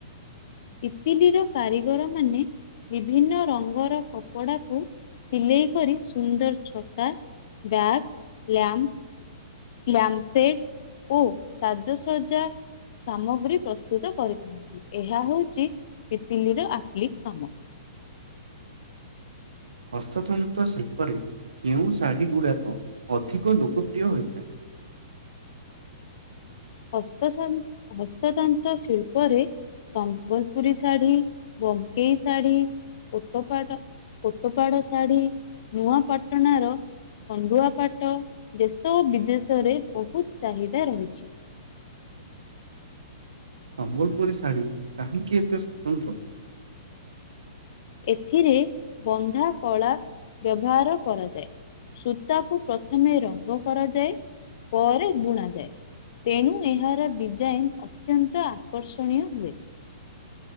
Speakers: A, on the left; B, on the right.
A: ପିପିଲିର କାରିଗର ମାନେ ବିଭିନ୍ନ ରଙ୍ଗର କପଡାକୁ ସିଲେଇ କରି ସୁନ୍ଦର ଛତା, ବ୍ୟାଗ୍, ଲ୍ୟାମ୍ପ ଲ୍ୟାମ୍ପସେଟ୍ ଓ ସାଜସଜା ସାମଗ୍ରୀ ପ୍ରସ୍ତୁତ କରିଥାନ୍ତି। ଏହା ହଉଛି ପିପିଲିର ଆପ୍ଲିକ୍ କାମ।
B: ହସ୍ତତନ୍ତ ଶିଳ୍ପରେ କେଉଁ ଶାଢ଼ୀ ଗୁଡ଼ାକ ଅଧିକ ଲୋକପ୍ରିୟ ହୋଇଥାଏ?
A: ହସ୍ତ ହସ୍ତତନ୍ତ ଶିଳ୍ପରେ ସମ୍ବଲପୁରୀ ଶାଢୀ, ବୋମକେଇ ଶାଢ଼ୀ କୋଟପାଡ କୋଟପାଡ ଶାଢୀ ନୂଆପାଟଣାର ଖଣ୍ଡୁଆପାଟ ଦେଶ ଓ ବିଦେଶରେ ବହୁତ ଚାହିଦା ରହିଛି।
B: ସମ୍ବଲପୁରୀ ଶାଢ଼ୀ କାହିଁକି ଏତେ ସ୍ୱତନ୍ତ୍ର?
A: ଏଥିରେ ବନ୍ଧା କଳା ବ୍ୟବହାର କରାଯାଏ। ସୂତାକୁ ପ୍ରଥମେ ରଙ୍ଗ କରାଯାଏ, ପରେ ବୁଣାଯାଏ। ତେଣୁ ଏହାର ଡିଜାଇନ ଅତ୍ୟନ୍ତ ଆକର୍ଷଣୀୟ ହୁଏ।